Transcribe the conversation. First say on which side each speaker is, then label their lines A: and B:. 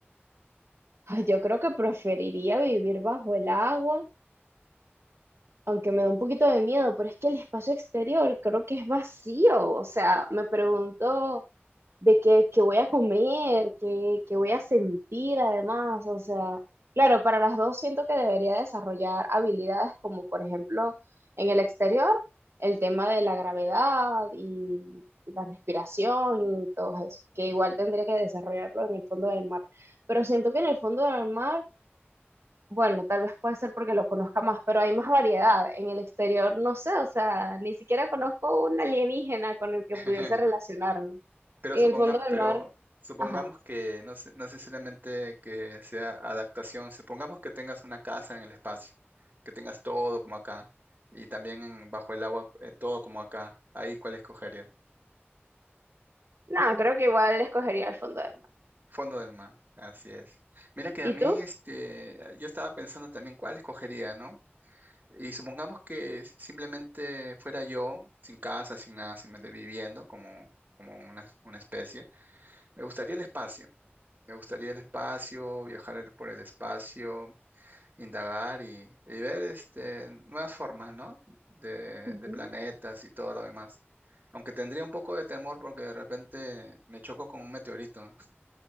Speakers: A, on the right; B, on the right.
A: ay, yo creo que preferiría vivir bajo el agua aunque me da un poquito de miedo, pero es que el espacio exterior creo que es vacío. O sea, me pregunto de qué, qué voy a comer, qué, qué voy a sentir además. O sea, claro, para las dos siento que debería desarrollar habilidades como, por ejemplo, en el exterior, el tema de la gravedad y, y la respiración y todo eso, que igual tendría que desarrollarlo en el fondo del mar. Pero siento que en el fondo del mar bueno, tal vez puede ser porque lo conozca más, pero hay más variedad. En el exterior, no sé, o sea, ni siquiera conozco un alienígena con el que
B: <laughs>
A: pudiese relacionarme.
B: Pero
A: En
B: suponga,
A: el fondo del
B: pero
A: mar,
B: supongamos
A: ajá.
B: que no, se- no necesariamente que sea adaptación, supongamos que tengas una casa en el espacio, que tengas todo como acá, y también en- bajo el agua, eh, todo como acá, ahí cuál escogerías.
A: No, creo que igual escogería el fondo del mar.
B: Fondo del mar, así es. Mira que
A: ¿Y
B: a mí,
A: tú?
B: este, yo estaba pensando también cuál escogería, ¿no? Y supongamos que s- simplemente fuera yo, sin casa, sin nada, simplemente viviendo como, como una, una especie, me gustaría el espacio. Me gustaría el espacio, viajar el- por el espacio, indagar y, y ver este, nuevas formas, ¿no? De,
A: Ujú.
B: de planetas y todo lo demás. Aunque tendría un poco de temor porque de repente me choco con un meteorito,